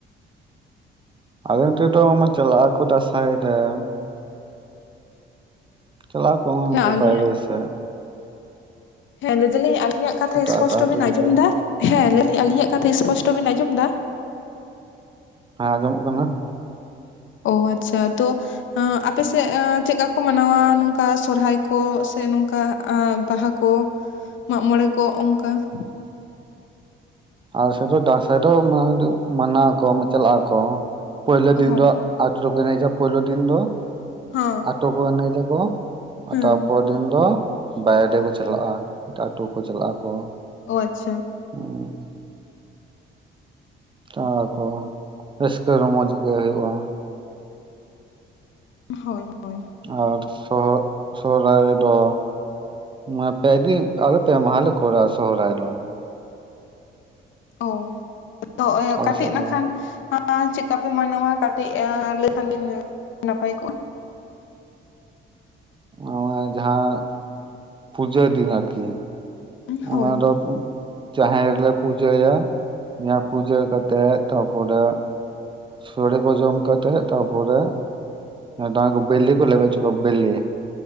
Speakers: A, on the right; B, on the left.
A: ᱟᱞᱮ ᱚᱱᱛᱮ ᱫᱚ ᱢᱟ ᱪᱟᱞᱟᱜᱼᱟ ᱠᱚ ᱫᱟᱥᱟᱭ ᱨᱮ ᱾ ᱪᱮᱞᱟ ᱠᱚᱦᱚ
B: ᱦᱮᱸ
A: ᱚᱰᱮ
B: ᱟᱹᱞᱤᱧᱟᱜ
A: ᱵᱟᱭᱨᱮ ᱥᱮᱜ ᱾
B: ᱦᱮᱸ ᱞᱟᱹᱭ ᱫᱟᱹᱞᱤᱧ ᱟᱞᱤᱧᱟᱜ ᱠᱟᱛᱷᱟ
A: ᱮᱴᱟᱜ
B: ᱤᱥᱯᱚᱥᱴᱚ
A: ᱮᱴᱟᱜ ᱟᱛᱳ
B: ᱵᱮᱱ
A: ᱠᱚ
B: ᱟᱸᱡᱚᱢ
A: ᱪᱟᱞᱟᱜᱼᱟ
B: ᱫᱟ? ᱦᱮᱸ <unintelligible> ᱟᱞᱤᱧᱟᱜ ᱠᱟᱛᱷᱟ ᱤᱥᱯᱚᱥᱴᱚ ᱵᱤᱱ ᱟᱸᱡᱚᱢ ᱫᱟ?
A: ᱦᱮᱸ ᱟᱸᱡᱚᱢᱚᱜ ᱠᱟᱱᱟ ᱾
B: ᱚ ᱟᱪᱪᱷᱟ ᱛᱚ ᱟᱯᱮ ᱥᱮᱜ ᱪᱮᱜᱠᱟ ᱠᱚ ᱢᱟᱱᱟᱣᱟ ᱱᱚᱝᱠᱟ ᱥᱚᱨᱦᱟᱭ ᱠᱚ, ᱥᱮ ᱱᱚᱝᱠᱟ ᱵᱟᱦᱟ ᱠᱚ?
A: <inaudible>
B: ᱢᱟᱜ ᱢᱚᱬᱮᱸ ᱠᱚ ᱚᱱᱠᱟ ᱾
A: ᱟᱞᱮ ᱥᱮᱜ ᱫᱚ ᱰᱟᱥᱟᱭ ᱰᱚ, <unintelligible> ᱪᱟᱞᱟᱜᱼᱟᱠᱚ ᱯᱳᱭᱞᱳ
B: ᱦᱳᱭ᱾
A: ᱫᱤᱱ ᱫᱚ ᱟᱴᱳ ᱨᱮ ᱠᱚ ᱮᱱᱮᱡᱟ ᱯᱳᱭᱞᱳ ᱰᱤᱱ ᱰᱚ
B: ᱦᱚᱸ
A: ᱟᱴᱳ ᱠᱚ ᱮᱱᱮᱡᱟᱠᱚ
B: ᱦᱮᱸ
A: ᱛᱟᱨ ᱯᱚᱨ ᱰᱤᱱ ᱰᱚ ᱵᱟᱭᱰᱮᱠᱚ ᱪᱟᱞᱟᱜᱼᱟ, ᱮᱴᱟᱜ ᱟᱴᱳ ᱠᱚ ᱪᱟᱞᱟᱜᱼᱟ ᱠᱚ᱾
B: ᱳ ᱟᱪᱪᱷᱟ ᱾
A: <inaudible> ᱪᱟᱠᱚ ᱨᱟᱹᱥᱠᱟᱹ ᱨᱚᱢᱚᱡᱽ ᱜᱮ ᱦᱳᱭᱳᱜᱼᱟ᱾
B: ᱦᱳᱭ ᱦᱳᱭ ᱾
A: ᱟᱨ ᱥᱚᱦ-ᱥᱚᱦᱨᱟᱭ ᱨᱮᱰᱚ ᱢᱟ ᱯᱮ ᱰᱤᱱ ᱟᱞᱮ ᱯᱮ ᱢᱟᱦᱟᱸᱞᱮ ᱠᱚᱨᱟᱣ ᱥᱚᱦᱚᱨᱟᱭ ᱰᱚ ᱾
B: ᱚ <unintelligible>
A: ᱟᱞᱮ
B: ᱠᱟᱴᱤᱡ
A: ᱥᱮᱫ
B: ᱱᱟᱠᱷᱟᱱ
A: ᱫᱚ
B: ᱪᱮᱜ ᱠᱟᱯᱮ ᱢᱟᱱᱟᱣᱟ? ᱠᱟᱹᱴᱤᱡ ᱞᱟᱹᱭ ᱠᱷᱟᱱ ᱵᱤᱱ ᱱᱟᱯᱟᱭ ᱠᱚᱜᱼᱟ ᱾
A: ᱚ ᱡᱟᱦᱟᱸ ᱯᱩᱡᱟᱹ ᱫᱤᱱ ᱟᱨᱠᱤ
B: ᱦᱳᱭ
A: ᱚᱱᱟ ᱰᱚ ᱡᱟᱦᱮᱨ ᱨᱮᱞᱮ ᱯᱩᱡᱟᱹᱭᱟ, ᱯᱩᱡᱟᱹ ᱠᱟᱛᱮᱜ ᱛᱟᱯᱚᱨᱮ ᱥᱳᱲᱮ ᱠᱚ ᱡᱚᱢ ᱠᱟᱛᱮᱜ ᱛᱟᱯᱚᱨᱮ ᱰᱟᱸᱠᱚ ᱵᱮᱞᱮ ᱠᱚ ᱞᱮᱵᱮᱜ ᱪᱚ ᱠᱚᱣᱟ ᱵᱮᱞᱮ